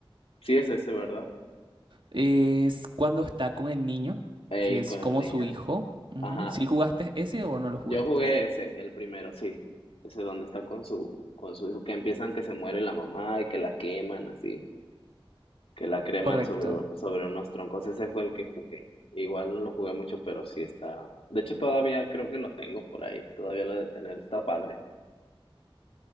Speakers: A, on the left (about 80°); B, on the right (about 60°).
A: Sí es ese, ¿verdad?
B: Es cuando está con el niño,
A: Ey,
B: que es
A: con
B: como
A: el niño.
B: su hijo.
A: Ajá,
B: Si ¿Sí jugaste ese o no lo jugaste.
A: Yo jugué ese, el primero, sí. Ese donde está con su, con su hijo, que empiezan que se muere la mamá y que la queman así, que la creman
B: Correcto.
A: sobre, sobre unos troncos. Ese fue el que jugué. Igual no lo jugué mucho, pero sí está. De hecho, todavía creo que lo tengo por ahí. Todavía lo de tener está padre.